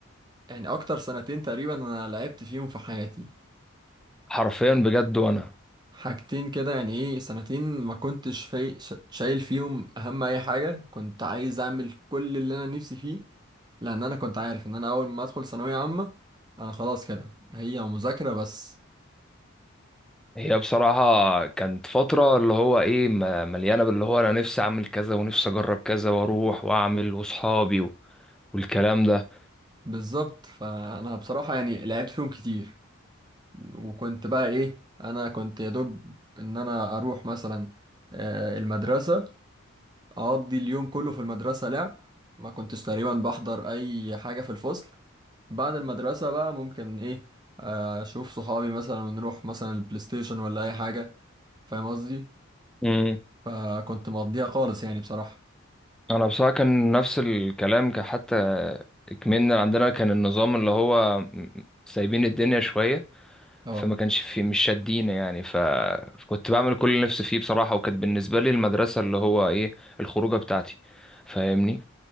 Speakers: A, on the right; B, in the centre.
A: يعني اكتر سنتين تقريبا انا لعبت فيهم في حياتي
B: حرفيا بجد وانا
A: حاجتين كده يعني ايه سنتين ما كنتش في... شايل فيهم اهم اي حاجة كنت عايز اعمل كل اللي انا نفسي فيه لان انا كنت عارف ان انا اول ما ادخل ثانويه عامه انا خلاص كده هي مذاكره بس
B: هي بصراحه كانت فتره اللي هو ايه م- مليانه باللي هو انا نفسي اعمل كذا ونفسي اجرب كذا واروح واعمل واصحابي و- والكلام ده
A: بالظبط فانا بصراحه يعني لعبت فيهم كتير وكنت بقى ايه انا كنت يا دوب ان انا اروح مثلا آه، المدرسه اقضي اليوم كله في المدرسه لعب ما كنتش تقريبا بحضر اي حاجه في الفصل بعد المدرسه بقى ممكن ايه آه، اشوف صحابي مثلا ونروح مثلا البلاي ستيشن ولا اي حاجه فاهم قصدي
B: امم
A: فكنت مقضيها خالص يعني بصراحه
B: انا بصراحه كان نفس الكلام كان حتى كمان عندنا كان النظام اللي هو م- سايبين الدنيا شويه
A: اه
B: فما كانش في مش شادين يعني ف... فكنت بعمل كل اللي نفسي فيه بصراحة وكانت بالنسبة لي المدرسة اللي هو ايه الخروجة بتاعتي فاهمني